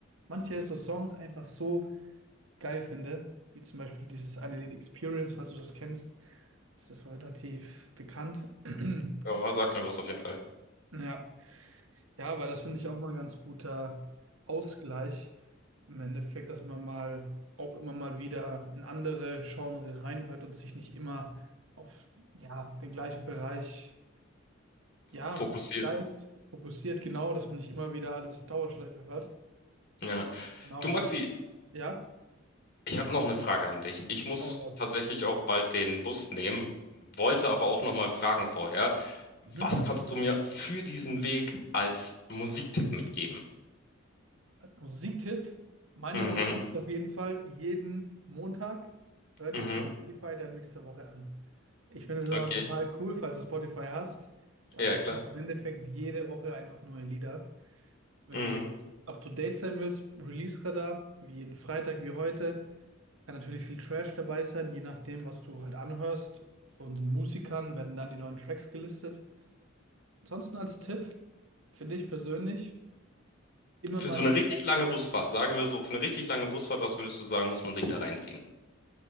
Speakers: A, on the right (about 85°); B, on the left (about 55°).
A: manche so Songs einfach so geil finde, wie zum Beispiel dieses eine Lied Experience, falls du das kennst, ist das relativ bekannt. <clears throat>
B: Ja, sag mir was auf jeden Fall.
A: Ja, ja, aber das finde ich auch mal ein ganz guter Ausgleich im Endeffekt, dass man mal auch immer mal wieder in andere Genre reinhört und sich nicht immer auf ja, den gleichen Bereich ja,
B: Fokussiert.
A: bleibt, fokussiert, genau, dass man nicht immer wieder alles auf Dauerschleife hört.
B: Ja.
A: Genau,
B: Du, Maxi,
A: weil ja,
B: ich habe noch eine Frage an dich. Ich muss
A: aber,
B: tatsächlich auch bald den Bus nehmen, wollte aber auch noch mal fragen vorher, was
A: mhm.
B: kannst du mir für diesen Weg als Musiktipp mitgeben?
A: Als Musiktipp, meine
B: Mhm,
A: Routine ist auf jeden Fall jeden Montag, hör
B: mhm,
A: dir von Spotify deinen Mix der Woche an. Ich finde es immer
B: okay.
A: total cool, falls du Spotify hast. Da
B: Ja,
A: bekommst
B: klar.
A: du im Endeffekt jede Woche einfach neue Lieder. Wenn
B: Mhm.
A: du up to date sein willst, Release-Radar, wie jeden Freitag, wie heute. Kann natürlich viel Trash dabei sein, je nachdem, was du halt anhörst. Von den Musikern werden dann die neuen Tracks gelistet. Ansonsten als Tipp, finde ich persönlich, immer
B: Für
A: mal
B: so 'ne richtig lange Busfahrt, sagen wir so, für 'ne richtig lange Busfahrt, was würdest du sagen, muss man sich da reinziehen?